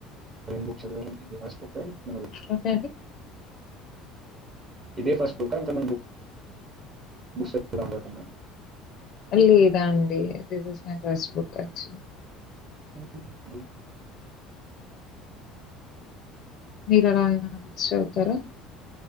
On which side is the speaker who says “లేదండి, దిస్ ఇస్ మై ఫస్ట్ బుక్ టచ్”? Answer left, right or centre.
Left